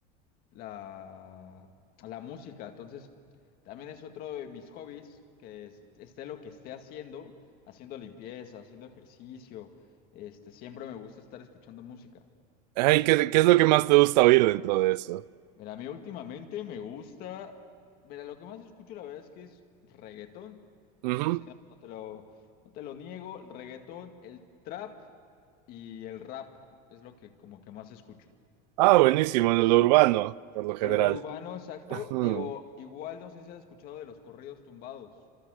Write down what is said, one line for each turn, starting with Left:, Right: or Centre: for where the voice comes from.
Left: la, la música. Entonces, también es otro de mis hobbies, que es- esté lo que esté haciendo, haciendo limpieza, haciendo ejercicio, este, siempre me gusta estar escuchando música.
Right: Ay, ¿qué, qué es lo que más te gusta oír dentro de eso?
Left: Mira, a mí últimamente me gusta. Mira, lo que más escucho, la verdad es que es reggaetón.
Right: Ujú.
Left: Sí, sí, no, no te lo, no te lo niego. El reggaetón, el trap y el rap es lo que como que más escucho.
Right: Ah, buenísimo, en lo urbano, por lo general.
Left: El urbano, exacto.
Right: Ujú.
Left: Digo, igual no sé si has escuchado de los corridos tumbados.